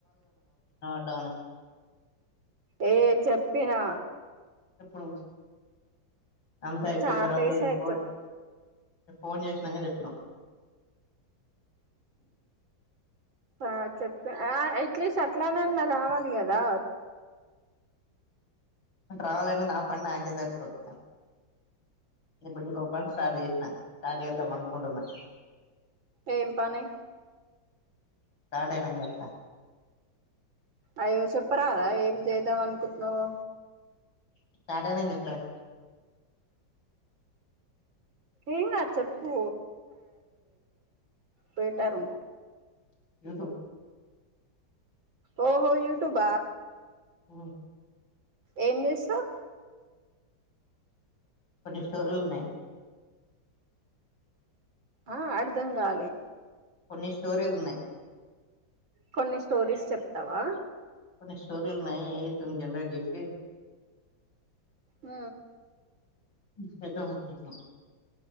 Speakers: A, on the left (about 85°); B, on the right (about 85°).
A: రాను
B: ఏ చెప్పినా
A: ఇప్పుడు అంత అయిపోయినా
B: చాలా
A: తర్వాత
B: డేస్
A: ఎపో
B: అయితుంది
A: ఫోన్ చేసినంగా చెప్పినవ్
B: ఆ చెప్పతే ఆ ఎట్లీస్ట్ అట్లానన్న రావాలి కదా
A: రావాలంట నా పనిని నాకే సరిపోతున్నా ఇప్పుడు ఇంకొక సార్ చేసినను సార్ చేద్దాం అనుకుంటున్నాను
B: ఎం పని
A: స్టార్ట్ అయినాక చెప్తా
B: అయ్యో చెప్పరాదా ఏం చేద్దాం అనుకుంటున్నావో
A: స్టార్ట్ అయినంక చెప్తాలే
B: ఏం కాదు చెప్పు బెటర్
A: <unintelligible>
B: ఓహో యూట్యూబ
A: ఉ
B: ఏం చేస్తావ్
A: కొన్ని స్టోర్లు ఉన్నాయి
B: ఆ అర్ధం కాలలే
A: కొన్ని స్టోరీలు ఉన్నాయి
B: కొన్ని స్టోరీస్ చెప్తావా
A: కొన్ని స్టోరీ లు వున్నాయ్ ఏఐ తోని జనరెట్ చేసి
B: ఉ
A: చేద్దాం అనుకుంటున్నా